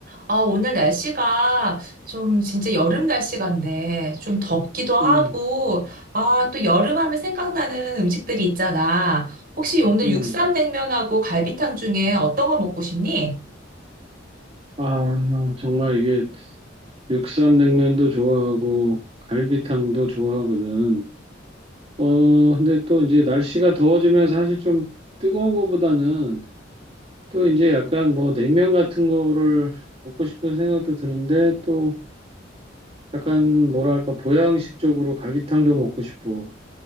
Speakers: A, on the right (about 50°); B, on the right (about 30°).
A: 아, 오늘 날씨가 좀 진짜 여름 날씨 같네. 좀 덥기도 하고,
B: 음,
A: 아, 또 여름 하면 생각나는 음식들이 있잖아. 혹시 오늘
B: 음.
A: 육쌈냉면하고 갈비탕 중에 어떤 거 먹고 싶니?
B: 아, 정말 이게 육산냉면도 좋아하고 갈비탕도 좋아하거든. 어, 근데 또 이제 날씨가 더워지면 사실 좀 뜨거운 거보다는 또 이제 약간 뭐 냉면 같은 거를 먹고 싶은 생각도 드는데 또 약간 뭐랄까 보양식 쪽으로 갈비탕도 먹고 싶고.